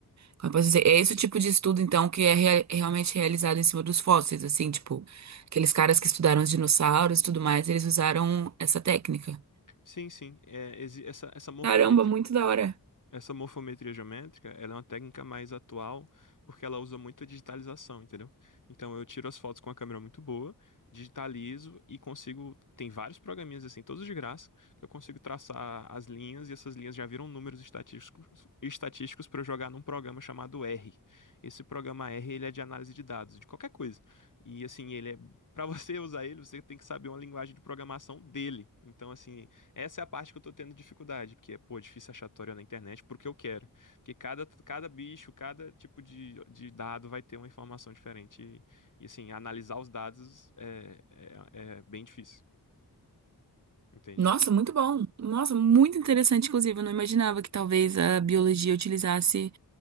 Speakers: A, on the right (about 45°); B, on the left (about 50°).
A: Como eu posso dizer? É esse o tipo de estudo, então, que é rea- realmente realizado em cima dos fósseis, assim, tipo, aqueles caras que estudaram os dinossauros e tudo mais, eles usaram essa técnica.
B: Sim, sim. É, exi- essa, essa morfometria,
A: Caramba, muito da hora.
B: Essa morfometria geométrica, ela é uma técnica mais atual, porque ela usa muito a digitalização, entendeu? Então eu tiro as fotos com uma câmera muito boa, digitalizo e consigo, tem vários programinhas assim, todos de graça, que eu consigo traçar as linhas e essas linhas já viram números estatísticos, estatísticos para eu jogar num programa chamado R. Esse programa R, ele é de análise de dados, de qualquer coisa. E assim, ele é para <laughs> você usar ele, você tem que saber uma linguagem de programação dele. Então assim, essa é a parte que eu tô tendo dificuldade, porque é, pô, é difícil achar tutorial na internet porque eu quero. Porque cada, cada bicho, cada tipo de, de dado vai ter uma informação diferente. E, e, assim, analisar os dados é, é, é bem difícil, entende?
A: Nossa, muito bom. Nossa, muito interessante, inclusive. Eu não imaginava que talvez a biologia utilizasse